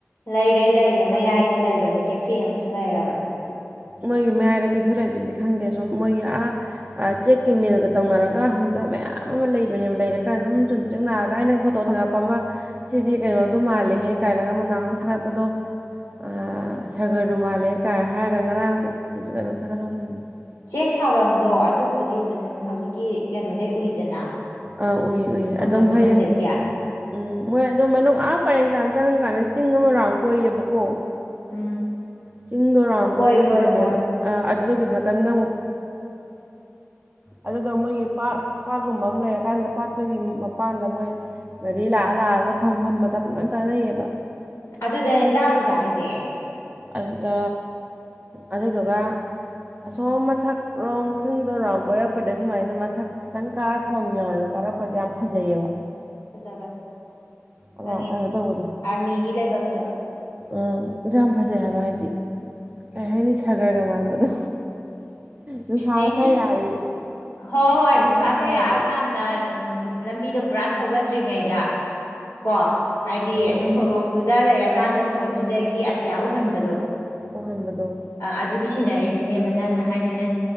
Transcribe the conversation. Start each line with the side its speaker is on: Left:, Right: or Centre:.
Left: ꯂꯩꯔꯦ ꯂꯩꯔꯦ ꯃꯌꯥꯏꯗ ꯂꯩꯕꯅꯦ ꯀꯦꯐꯦ ꯑꯃꯁꯨ ꯂꯩꯔꯝ
Right: ꯃꯣꯏꯒꯤ ꯃꯌꯥꯏꯔꯛ ꯀꯦ ꯐꯤꯔꯦ ꯂꯩꯕꯗꯨꯗꯤ ꯈꯪꯗꯦ ꯁꯨꯝ ꯃꯣꯏꯒꯤ ꯑꯥ ꯑ ꯆꯦꯛꯀꯤ ꯃꯤꯜꯒ ꯇꯧꯅꯔꯒ ꯁꯨꯝ ꯃꯌꯥꯝ ꯑꯃ ꯂꯩꯕꯅꯦꯕ ꯂꯩꯔꯀꯥꯟ ꯑꯗꯨꯝ ꯆꯨꯝ ꯆꯤꯡ ꯂꯥꯛꯑꯒ ꯑꯩꯅ ꯐꯣꯇꯣ ꯊꯥꯒꯠꯄ ꯑꯃ ꯁꯤꯗꯤ ꯀꯩꯅꯣ ꯑꯗꯨꯝ ꯃꯥꯜꯂꯤꯍꯦ ꯀꯥꯏꯅꯒ ꯃꯅꯥ ꯅꯍꯥꯟꯃꯨꯛ ꯊꯥꯒꯠꯄꯗꯣ ꯑ ꯁꯥꯒꯔꯕꯨ ꯃꯥꯜꯂꯦ ꯀꯥꯏ ꯍꯥꯏꯔꯒ ꯉꯔꯥꯡ ꯀꯩꯅꯣ ꯊꯥꯒꯠꯍꯧꯕꯅꯤꯅꯦ
Left: ꯆꯦꯛ ꯁꯥꯕꯝꯗꯣ ꯑꯗꯨꯕꯨꯗꯤ ꯑꯗꯨꯝ ꯍꯧꯖꯤꯛꯀꯤ ꯀꯩꯅꯣꯗꯩ ꯎꯏꯗꯅ
Right: ꯑꯥ ꯎꯏꯌꯦ ꯎꯏ
Left: ꯈꯣꯡꯖꯣꯝ
Right: ꯑꯗꯨꯝ
Left: ꯃꯅꯨꯡꯗꯒꯤ
Right: ꯍꯥꯏꯗꯤ ꯎꯝ ꯃꯣꯏ ꯑꯗꯨꯝ ꯃꯅꯨꯡ ꯑꯥ ꯄꯔꯦꯡ ꯆꯥꯟꯁ ꯆꯪꯀꯥꯟꯗ ꯆꯤꯡ ꯑꯃꯔꯥꯎ ꯀꯣꯏꯌꯦꯕꯀꯣ
Left: ꯎꯝ
Right: ꯆꯤꯡ ꯗꯣꯔꯥꯎꯝ
Left: ꯀꯣꯏ
Right: ꯀꯣꯏꯕꯒꯤꯗꯅꯦꯕ
Left: ꯀꯣꯏ ꯀꯣꯏ
Right: ꯑ ꯑꯗꯨꯒꯤ ꯅꯥꯀꯟꯗ ꯑꯃꯨꯛ
Left: ꯑꯟꯑꯣꯗꯤꯕꯜ
Right: ꯑꯗꯨꯗ ꯃꯣꯏꯒꯤ ꯄꯥꯔ ꯄꯥꯠꯀꯨꯝꯕ ꯑꯃ ꯂꯩꯔꯀꯥꯟꯗ ꯄꯥꯠꯇꯨꯒꯤ ꯃꯄꯥꯟꯗ ꯃꯣꯏ ꯒꯥꯔꯤ ꯂꯥꯛꯑ ꯇꯥꯛꯑꯒ ꯐꯝ ꯐꯝꯝꯕꯗ ꯄꯨꯂꯞ ꯆꯥꯅꯩꯌꯦꯕ
Left: ꯑꯗꯨꯗꯅꯦꯖꯥꯔꯨꯖꯥ ꯍꯥꯏꯁꯦ
Right: ꯑꯗꯨꯗ ꯑꯗꯨꯗꯨꯒ
Left: ꯎꯝ
Right: ꯑꯁꯣꯝ ꯃꯊꯛ ꯄꯨꯔꯥꯎ ꯃꯨꯛ ꯆꯤꯡꯗꯔꯥꯎ ꯀꯣꯏꯔꯛꯄꯗ ꯁꯨꯃꯥꯏꯅ ꯃꯊꯛ ꯈꯤꯇꯪ ꯀꯥꯔꯛꯄ ꯑꯃ ꯌꯥꯎꯋꯦꯕ ꯀꯥꯔꯛꯄꯁꯦ ꯌꯥꯝ ꯐꯖꯩꯑꯕ
Left: ꯐꯖꯕꯅꯦ
Right: ꯑꯕ
Left: ꯈꯪꯉꯦ
Right: ꯑ ꯀꯩꯅꯣ ꯇꯧꯕꯗꯣ
Left: ꯑꯥꯔꯃꯤꯒꯤ ꯂꯩꯐꯝꯗꯣ
Right: ꯑ ꯌꯥꯝ ꯐꯖꯩ ꯍꯥꯏꯕ ꯍꯥꯏꯗꯤ ꯀꯩ ꯍꯥꯏꯅꯤ ꯁꯥꯒꯔꯒ ꯃꯥꯟꯕꯗꯣ ꯅꯨꯡꯁꯥ
Left: ꯑꯩ
Right: ꯈꯔ ꯌꯥꯔꯗꯤ
Left: ꯍꯣꯏ ꯍꯣꯏ
Right: ꯅꯨꯡꯁꯥ
Left: ꯅꯨꯡꯁꯥꯈꯩ
Right: ꯈꯔ ꯌꯥꯔꯗꯤ
Left: ꯌꯥꯛꯑꯀꯥꯟꯗ ꯎꯝ ꯂꯝꯕꯤꯗꯣ ꯄꯨꯔꯥ ꯊꯧꯒꯠꯇ꯭ꯔꯤꯉꯩꯗ ꯀꯣ ꯍꯥꯏꯗꯤ
Right: ꯑꯗꯨꯝ
Left: ꯁꯣꯔꯣꯛꯇꯨꯗ ꯂꯩꯔꯛ ꯀꯥꯟꯗ ꯁꯣꯔꯣꯛꯇꯨꯗꯒꯤ ꯑꯇꯤꯌꯥ ꯎꯍꯟꯕꯗꯣ
Right: ꯎꯍꯟꯕꯗꯣ
Left: ꯑꯗꯨꯒꯤ ꯁꯤꯅꯔꯤ ꯑꯗꯨꯅꯦꯕ ꯅꯪꯅ ꯍꯥꯏꯁꯤꯅꯦ